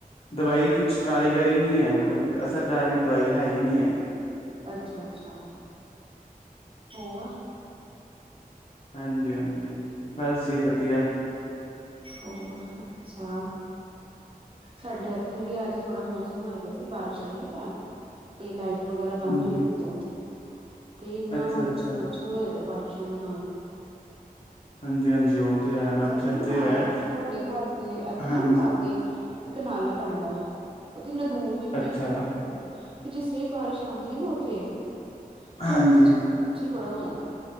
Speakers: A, on the left; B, on the right.
A: ਦਵਾਈ ਕੁਛ ਕਾਰੀਗਰੀ ਨਹੀਂ ਹੈ। ਮਤਲਬ ਕੁਝ ਅਸਰਦਾਰੀ ਦਵਾਈ ਹੈ ਹੀ ਨਹੀਂ ਹੈ।
B: ਅੱਛਾ- ਅੱਛਾ! ਹੋਰ?
A: ਹਾਂਜੀ-ਹਾਂਜੀ ਬਸ ਜੀ ਵਧੀਆ।
B: ਹੋਰ, ਅੱਛਾ! ਸਾਡੇ ਇੱਥੇ ਵੀ ਅੱਜ ਥੋੜ੍ਹਾ ਮੌਸਮ ਹੋ ਪਾਇਆ ਸੀ ਬਾਰਿਸ਼ ਆਈ ਹੈ ਕਿਆ। ਤੇ ਲਾਈਟ ਵਗੈਰਾ ਬੰਦ
A: ਹਾਂਜੀ
B: ਹੋਈ ਪਈ ਹੈ। ਤੇ ਇੰਨਾ
A: ਅੱਛਾ
B: ਮੱਛਰ-ਮੱਛਰ
A: ਅੱਛਾ
B: ਹੋਏਦਾ ਬਾਰਿਸ਼ਾਂ ਦੇ ਨਾਲ।
A: ਹਾਂਜੀ-ਹਾਂਜੀ ਉਹ? ਤੇ ਹੈ ਮੱਛਰ
B: ਸਾਡੇ ਨਾ
A: ਤੇ
B: ਨਾਲਾਂ,
A: ਹੈ
B: ਸਾਡੇ ਘਰ ਦੇ ਇੱਥੇ
A: ਹਾਂਜੀ
B: ਨਾ ਲਾਗੇ- ਇੱਕ ਨਾਲਾ ਪੈਂਦਾ। ਪਰ ਇੰਨਾ ਦੂਰ ਵੀ ਨਹੀਂ
A: ਅੱਛਾ
B: ਹੈ, ਠੀਕ ਹੀ ਆ। ਤੇ ਜੇ ਸਵੇ ਬਾਰਿਸ਼ ਆਉਂਦੀ ਹੈ ਨਾ ਉੱਥੇ, ਥੋੜ੍ਹਾ
A: ਹਾਂਜੀ
B: ਮੱਛਰ-ਮੱਛਰ ਬੜਾ ਹੋ ਜਾਂਦਾ ਹੈ।